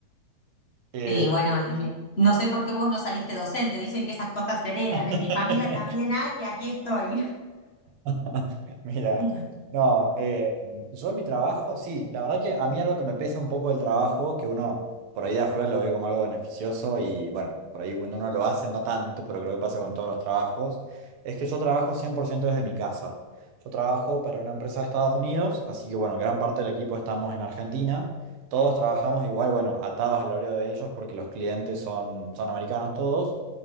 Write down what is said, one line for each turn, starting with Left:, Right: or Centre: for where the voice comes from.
Right: Eh,
Left: Sí, bueno, y no sé por qué vos no saliste docente. Dicen que esas cosas se heredan.
Right: <laughs>
Left: En mi familia también hay y aquí estoy.
Right: <laughs> Mira,
Left: <laughs>
Right: no, eh, yo en mi trabajo, sí, la verdad que a mí algo que me pesa un poco del trabajo, que uno por ahí de afuera lo ve como algo beneficioso y bueno, por ahí cuando uno lo hace, no tanto, pero creo que pasa con todos los trabajos, es que yo trabajo 100% desde mi casa. Yo trabajo para una empresa de Estados Unidos, así que bueno, gran parte del equipo estamos en Argentina, todos trabajamos igual, bueno, atados al horario de ellos porque los clientes son, son americanos todos.